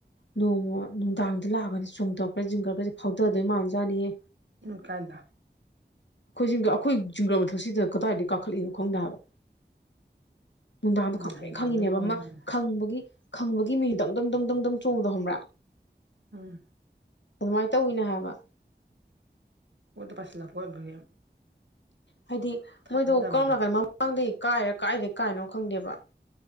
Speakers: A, on the left; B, on the right.
A: ꯅꯣꯡꯃ ꯅꯨꯡꯗꯥꯡꯗ ꯂꯥꯛꯑꯒꯅꯦ ꯆꯣꯡꯊꯔꯛꯄ ꯆꯤꯡꯒ꯭ꯔꯒꯁꯦ ꯐꯥꯎꯗꯗꯣꯏ ꯃꯥꯟꯖꯥꯠꯅꯤꯍꯦ
B: ꯎꯝ ꯀꯥꯏꯗ
A: ꯑꯩꯈꯣꯏ ꯖꯤꯡꯒ ꯑꯩꯈꯣꯏ ꯖꯤꯡꯒ ꯃꯊꯛꯁꯤꯗ ꯀꯗꯥꯏꯗꯒꯤ ꯀꯥꯈꯠꯂꯤꯅꯣ ꯈꯪꯗꯦ ꯍꯥꯏꯕ ꯅꯨꯡꯟꯗꯥꯟꯗꯣ
B: ꯎꯝ
A: ꯈꯪꯡꯄ꯭ꯔꯛ
B: ꯍꯩꯒ꯭ꯔꯕꯩ
A: ꯈꯪꯉꯤꯅꯦꯕ
B: ꯃꯑꯣꯡ
A: ꯑꯃ
B: ꯅꯪꯅ
A: ꯈꯪꯕꯒꯤ ꯈꯪꯕꯒꯤ ꯃꯍꯤꯟ ꯗꯪ ꯗꯪ ꯗꯪ ꯗꯪ ꯗꯪ ꯆꯣꯡꯕꯗꯣ ꯈꯪꯕ꯭ꯔ
B: ꯎꯝ
A: ꯑꯗꯨꯃꯥꯏ ꯇꯧꯋꯤꯅꯦ ꯍꯥꯏꯕ
B: ꯃꯣꯏꯗ ꯄꯥꯏꯁꯤꯜꯂꯛꯄ ꯑꯣꯏꯕꯒꯤ
A: ꯍꯥꯏꯗꯤ
B: ꯊꯥꯖꯗꯕꯗꯣ
A: ꯃꯣꯏꯗꯣ ꯀꯔꯣꯝ ꯅꯥꯀꯟ ꯃꯃꯥꯡꯗꯩ ꯀꯥꯏꯔ ꯀꯥꯏꯗꯩ ꯀꯥꯏꯅꯣ ꯈꯪꯗꯦꯕ